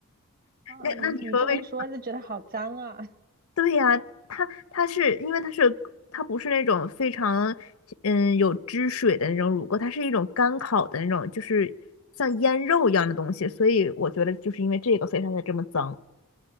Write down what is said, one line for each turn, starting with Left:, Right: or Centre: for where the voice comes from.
Right: 啊，
Left: 那那你说为
Right: 你你这么一说，就觉得好脏啊。<laughs>
Left: 对呀、它它是因为它是它不是那种非常嗯有汁水的那种乳鸽，它是一种干烤的那种，就是像腌肉一样的东西，所以我觉得就是因为这个，所以它才这么脏。